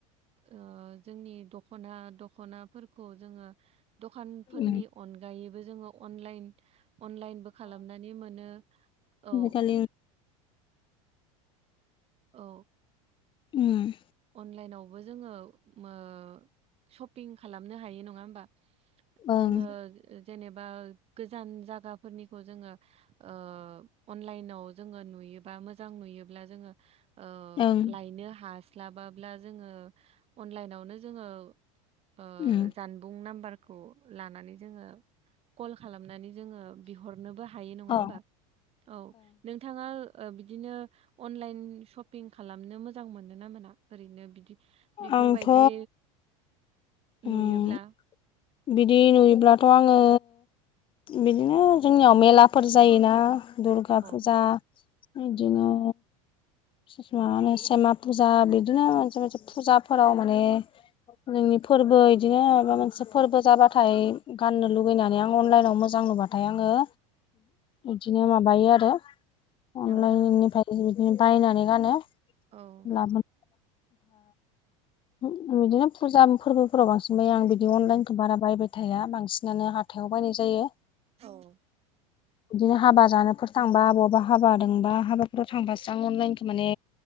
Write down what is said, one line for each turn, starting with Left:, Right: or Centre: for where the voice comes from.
Right: ओ जोंनि दख'ना दख'नाफोरखौ जोङो दखानफोरनि
Left: उम
Right: अनगायैबो जोङो अनलाइन अनलाइनबो खालामनानै मोनो। औ
Left: खालि
Right: औ
Left: उम
Right: अनलाइनावबो जोङो ओ सपिं खालामनो हायो नङा होमबा?
Left: ओं
Right: जोङो जेनेबा गोजान जागाफोरनिखौ जोङो ओ अनलाइनाव जोङो नुयोबा मोजां नुयोब्ला जोङो ओ
Left: ओं
Right: लायनो हास लाबाब्ला जोङो अनलाइनावनो जोङो ओ
Left: उम
Right: जानबुं नाम्बार खौ लानानै जोङो कल खालामनानै जोङो बिहरनोबो हायो नङा
Left: औ
Right: होमबा औ नों नोंथाङा बिदिनो अनलाइन सपिं खालामनो मोजां मोनो ना मोना? ओरैनो बिदि बेफोरबायदि
Left: आंथ' उम
Right: नुयोब्ला
Left: बिदि नुयोब्लाथ' आङो बिदिनो जोंनियाव मेलाफोर जायोना दुर्गा
Right: औ
Left: फुजा बिदिनो <unintelligible> सेमा फुजा बिदिनो मोनसे मोनसे फुजाफोराव माने जोंनि फोरबो बिदिनो माबा मोनसे फोरबो जाबाथाय गाननो लुुबैनानै आं अनलाइनाव मोजां नुबाथाय आङो बिदिनो माबायो आरो अनलाइननिफ्राय
Right: औ
Left: बिदिनो बायनानै गानो
Right: औ
Left: लाबोन ओ बिदिनो फुजा फोरबोफोराव बांसिन बायो आं बिदि अनलाइन बारा बायबाय थाया बांसिनानो हाथायाव बायनाय जायो।
Right: औ
Left: बिदिनो हाबा जानोफोर थांबा बहाबा हाबा दोंबा हाबाफोराव थांबासो आं अनलाइनखौ माने